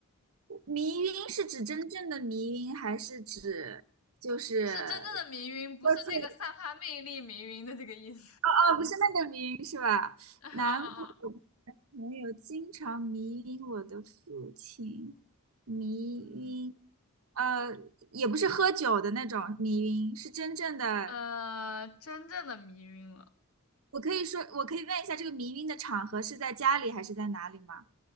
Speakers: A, on the right; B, on the left.
A: 迷晕是指真正的迷晕，还是指就是
B: <laughs> 是真正的迷晕，不是那个散发魅力迷晕的这个意思。
A: 喝醉？哦，不是那个迷晕是吧？
B: <laughs> 啊啊啊！
A: 男朋男朋友经常迷晕我的父亲，迷晕，
B: 嗯，
A: 呃，也不是喝酒的那种迷晕，是真正的。
B: 呃，真正的迷晕了，
A: 我可以说，我可以问一下，这个迷晕的场合是在家里还是在哪里吗？